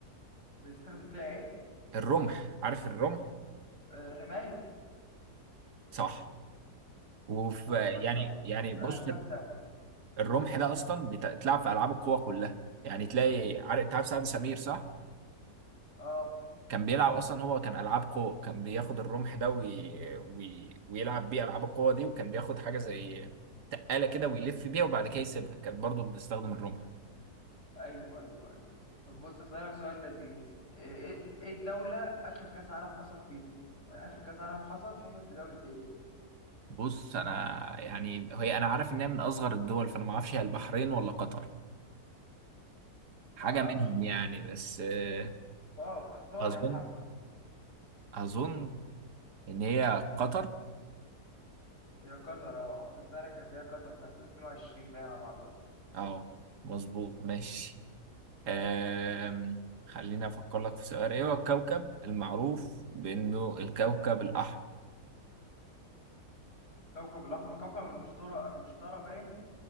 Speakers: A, on the left; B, on the right.
A: بيستخدم فيها ايه؟
B: الرمح عارف الرمح
A: الرماية
B: صح وفي
A: طب بص
B: يعني
A: يا بابا
B: يعني
A: اسألك
B: بص
A: سؤال سهل
B: الرمح ده أصلا بيت- بيتلعب في ألعاب القوى كلها يعني تلاقي عارف أنت عارف سعد سمير صح
A: اه
B: كان بيلعب أصلا هو كان ألعاب قوة كان بياخد الرمح ده وي... وي... ويلعب بيه ألعاب القوة دي وكان بياخد حاجة زي تقالة كده ويلف بيها وبعد كده يسيبها كانت برضه بتستخدم الرمح
A: ايوه ايوه ايوه طب بص اسالك سؤال لذيذ ايه ايه إيه الدوله اخر كاس عالم حصل فيها يعني اخر كاس عالم حصل حصل في دوله ايه
B: بص انا يعني هي انا عارف ان هي من اصغر الدول فانا ما اعرفش هي البحرين ولا قطر حاجه
A: ما اعرفش
B: منهم يعني بس آه،
A: اه اختار
B: اظن
A: يا محمد
B: اظن ان هي قطر
A: هي قطر اه اخر سنه كانت هي قطر في 2022 باين على ما اعتقد
B: اه مظبوط ماشي آم، خليني افكر لك في سؤال ايه هو الكوكب المعروف بانه الكوكب الاحمر
A: كوكب الاحمر كوكب المشتري المشتري باين